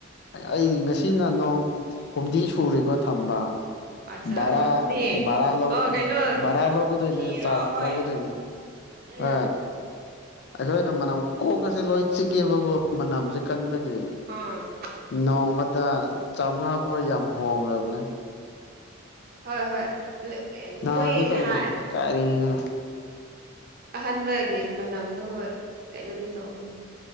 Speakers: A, on the left; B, on the right.
A: ꯑꯩ ꯉꯁꯤꯅ ꯅꯣꯡ ꯍꯨꯝꯗꯤ ꯁꯨꯔꯦꯀꯣ ꯊꯝꯕ
B: ꯑꯠꯆꯥ
A: ꯕꯔꯥ
B: ꯍꯨꯝꯅꯤ
A: ꯚꯔꯥ ꯂꯧ
B: ꯑꯣ ꯀꯩꯅꯣ
A: ꯚꯔꯥ ꯂꯧꯒꯗꯣꯏꯅꯦ
B: ꯊꯤꯔꯣ
A: ꯆꯥꯔꯗ
B: ꯍꯣꯏ
A: ꯂꯧꯒꯗꯣꯏꯅꯦ
B: ꯎꯝ
A: ꯑ ꯑꯩꯈꯣꯏꯅ ꯃꯅꯝ ꯀꯣꯛꯀꯁꯦ ꯂꯣꯏꯆꯤꯛꯑꯦꯕꯀꯣ ꯃꯅꯝꯁꯦ ꯀꯟꯕꯒꯤ ꯎꯝ
B: ꯑꯥ
A: ꯅꯣꯡꯃꯗ ꯆꯥꯝꯃꯉꯥ ꯐꯥꯎꯕ ꯌꯥꯝ ꯍꯣꯡꯂꯕꯅꯤ
B: ꯍꯣꯏ ꯍꯣꯏ
A: ꯅꯥꯒꯦ
B: ꯃꯣꯏ
A: ꯇꯧꯋꯦ
B: ꯍꯥ
A: ꯀꯔꯤꯅꯣ
B: ꯑꯍꯟꯕꯒꯤ ꯃꯅꯝꯗꯨ ꯍꯣꯏ ꯀꯩꯅꯣꯗꯤ ꯇꯧꯅꯤ